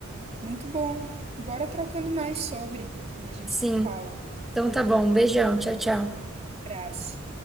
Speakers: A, on the right (about 30°); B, in the centre.
A: Muito bom. Bora trocando mais sobre. A gente
B: Sim.
A: se fala.
B: Então tá bom. Um beijão. Tchau, tchau.
A: Abraço.